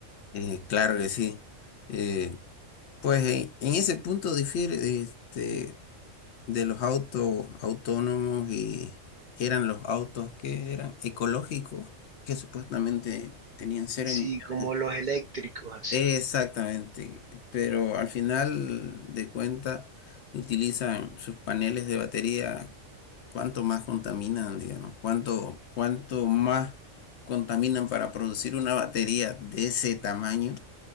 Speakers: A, on the left; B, on the right.
A: Eh, claro que sí. Eh, pues en, en ese punto difiere, este, de los autos autónomos y que eran los autos que eran ecológicos, que supuestamente tenían cero
B: Sí,
A: emisiones.
B: como los eléctricos, así.
A: Exactamente, pero al final de cuenta utilizan sus paneles de batería, cuánto más contaminan, digamos, cuánto, cuánto más contaminan para producir una batería de ese tamaño,